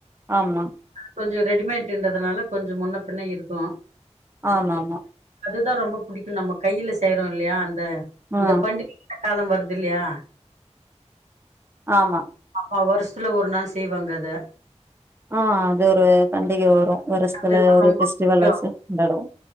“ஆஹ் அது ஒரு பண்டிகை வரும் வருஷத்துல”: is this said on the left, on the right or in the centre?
Right